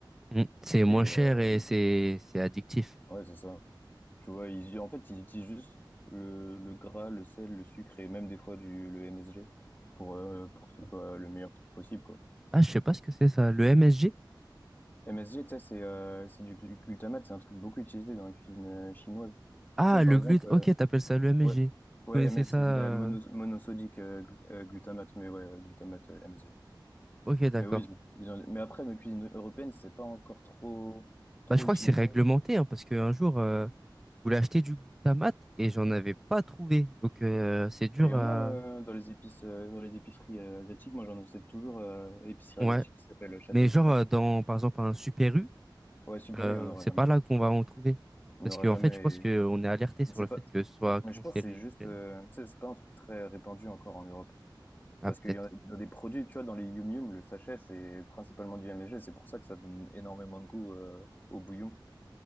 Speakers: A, in the centre; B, on the left (about 25°).
A: mm. C'est moins
B: Et
A: cher
B: euh,
A: et c'est c'est addictif.
B: ouais, c'est ça. Tu vois, ils, en fait, ils utilisent juste le, le gras, le sel, le sucre et même des fois du, le MSG pour, euh, pour que ce soit le meilleur truc possible, quoi.
A: Ah, je sais pas ce que c'est ça. Le MSG?
B: MSG, tu sais, c'est euh, c'est du glu- glutamate, c'est un truc beaucoup utilisé dans la cuisine euh, chinoise. Tu
A: Ah,
B: sais, par
A: le
B: exemple,
A: gluten.
B: euh,
A: Ok, t'appelles ça le MSG.
B: ouais, ouais,
A: Je connaissais
B: MS,
A: ça.
B: c'est
A: euh,
B: bah, mono- monosodique euh, glu- euh, glutamate, mais ouais, euh, glutamate euh, MSG.
A: Ok, d'accord.
B: Mais oui, ils ont, ils ont- mais après, dans la cuisine européenne, c'est pas encore trop, trop
A: Bah, je crois
B: utilisé.
A: que c'est réglementé, hein, parce qu'un jour, euh, je voulais acheter du glutamate et j'en avais pas trouvé. Donc, euh, c'est dur
B: Bah, il y en
A: à...
B: a euh, dans les épices, euh, dans les épiceries euh, asiatiques. Moi, j'en achète toujours euh, épicerie
A: Ouais.
B: asiatique qui s'appelle euh, Château
A: Mais
B: Express.
A: genre, euh, dans, par exemple, un Super U,
B: Ouais, Super
A: euh,
B: U, il n'y en aura
A: c'est
B: jamais.
A: pas là qu'on va en trouver.
B: Il
A: Parce
B: n'y en aura
A: que,
B: jamais.
A: en fait, je pense
B: et-
A: qu'on est alerté sur
B: Mais c'est
A: le fait
B: pas.
A: que ce soit cancérigène.
B: Mais je pense que c'est juste. euh, tu sais, c'est pas un truc très répandu encore en Europe.
A: Ah,
B: Parce
A: peut-être.
B: qu'il y en a, il y a des produits, tu vois, dans les Yum Yum, le sachet, c'est principalement du MSG. C'est pour ça que ça donne énormément de goût euh, au bouillon.